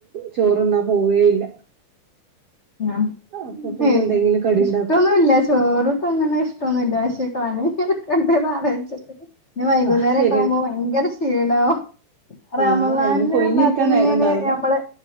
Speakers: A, on the right (about 70°); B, on the left (about 50°).
A: ചോറുണ്ണാൻ പോവേയില്ല
B: ആഹ്
A: അപ്പൊ പിന്നെ എന്തെങ്കിലും കടി
B: ഇഷ്ടൊന്നുവില്ല
A: ഇണ്ടാക്കും
B: ചോറ് ക്ക് തിന്നുന്നത് ഇഷ്ടവൊന്നുവില്ല പക്ഷേ പണിയെടുക്കണ്ടേന്ന് ആലോചിച്ചിട്ട് ഇനി വൈകുന്നേരവൊക്കെ
A: ആഹ് ശരിയാണ്
B: ആകുമ്പോ ഭയങ്കര ക്ഷീണവും റമദാനിലെ
A: ആഹ് നമുക്ക് ഒഴിഞ്ഞിരിക്കാൻ
B: പറഞ്ഞാല് അതിങ്ങനെ
A: നേരണ്ടാവൂല
B: ഞമ്മള്